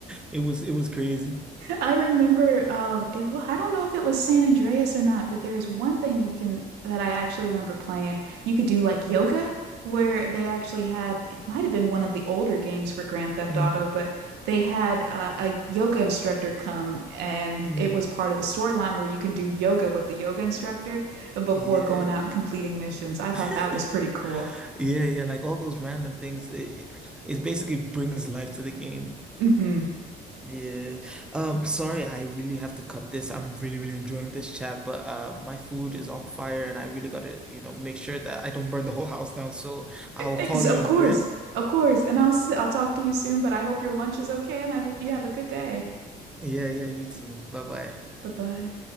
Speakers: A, in the centre; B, on the right.
A: It was it was crazy.
B: I remember um it wa- I don't know if it was San Andreas or not, but there's one thing you can that I actually remember playing. You could do like yoga where they actually had it might have been one of the older games for Grand Theft
A: Mm,
B: Auto, but they had uh, a yoga instructor come and
A: mm.
B: it was part of the storyline where you can do yoga with the yoga instructor before
A: Yeah.
B: going out and completing missions. I thought
A: <laughs>
B: that was pretty cool.
A: Yeah, yeah, like all those random things. It, it basically brings life to the game.
B: hmm
A: Yeah. Um, sorry, I really have to cut this. I'm really, really enjoying this chat, but uh my food is on fire and I really gotta, you know, make sure that I don't burn the whole house down. So I will
B: Ex
A: call
B: of
A: you in
B: course.
A: a bit.
B: Of course. And
A: Yeah.
B: I'll s- I'll talk to you soon, but I hope your lunch is okay and I hope you have a good day.
A: Yeah, yeah, you too. Bye bye.
B: Bye bye.